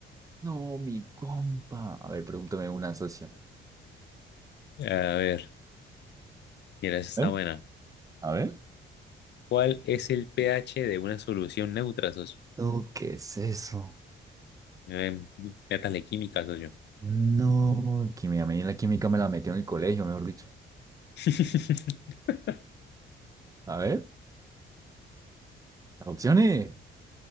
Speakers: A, on the right; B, on the left.
A: No, mi compa. A ver, pregúntame una, socio.
B: A ver, mira, esa está
A: ¿Eh?
B: buena.
A: A ver.
B: ¿Cuál es el pH de una solución neutra, socio?
A: No, ¿qué es eso?
B: Eh, métale química, socio.
A: No, que mira, a mí la química me la metió en el colegio, mejor dicho.
B: <laughs>
A: A ver, opciones.